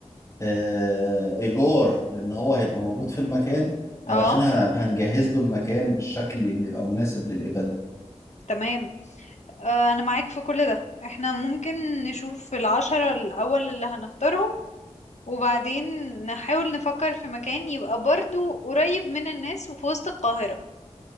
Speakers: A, on the left (about 25°); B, on the left (about 70°).
A: آه، ايجار لان هو هيبقى موجود في المكان
B: اه
A: علشان هن- هنجهز له المكان بالشكل اللي يبقى مناسب للايفنت
B: تمام آه، انا معاك في كل ده احنا ممكن نشوف العشرة الاول اللي هنختارهم وبعدين نحاول نفكر في مكان يبقى برضو قريب من الناس وفي وسط القاهرة